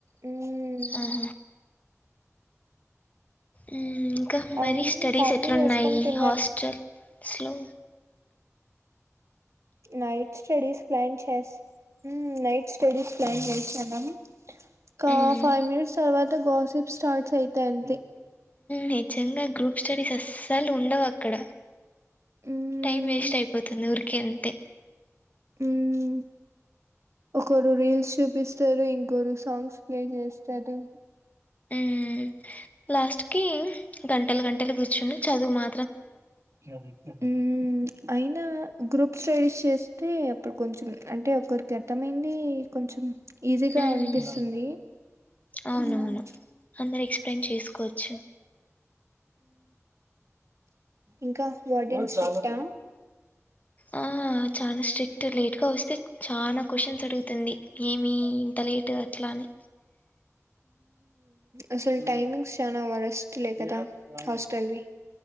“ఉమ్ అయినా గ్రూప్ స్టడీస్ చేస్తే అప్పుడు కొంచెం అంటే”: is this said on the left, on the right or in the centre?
Right